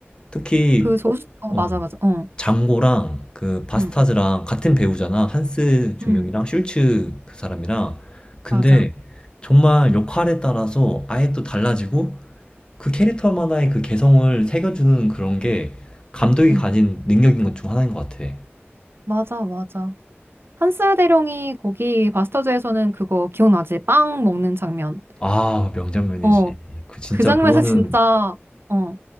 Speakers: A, on the left; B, on the right.
A: 특히
B: 그 조수, 어,
A: 어,
B: 맞아, 맞아. 어,
A: 장고랑 그 바스타즈랑
B: 응,
A: 같은 배우잖아. 한스 중령이랑
B: 응,
A: 슐츠 그 사람이랑. 근데
B: 맞아.
A: 정말 역할에 따라서 아예 또 달라지고 그 캐릭터만의 그 개성을 새겨주는 그런 게 감독이
B: 응,
A: 가진 능력인 것 중 하나인 것 같아.
B: 맞아, 맞아. 한스 대령이 거기 바스터즈에서는 그거 기억나지? 빵 먹는 장면.
A: 아, 명장면이지.
B: 어,
A: 그 진짜
B: 그 장면에서
A: 그거는
B: 진짜, 어,